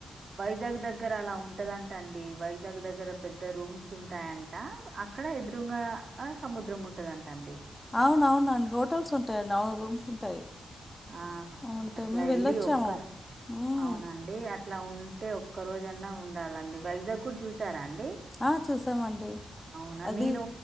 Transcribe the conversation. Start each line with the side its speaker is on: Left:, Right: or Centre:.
Right: వైజాగ్ దగ్గర అలా ఉన్ ఉంటదంట అండి వైజాగ్ దగ్గర పెద్ద రూమ్స్ స్ ఉంటాయంట అక్కడ ఎదురుంగ ఆ సముద్రం ఉంటదంట అండి.
Left: అవునవునండి హోటల్స్ ఉంటాయండి, అవును రూమ్స్ ఉంటాయి.
Right: ఆ
Left: అవుంటే
Right: అట్ల
Left: మేము
Right: ఎళ్ళి
Left: వెళ్ళొచ్చాము
Right: ఒక్క
Left: మ్మ్
Right: అవునండి అట్ల్ ట్ల ఉంటే ఒక్క రోజన్న ఉండాలండి వైజాగ్ గూడ్ చూసారా అండి డి,
Left: ఆ చూసామండి
Right: అవునా
Left: అది
Right: నేను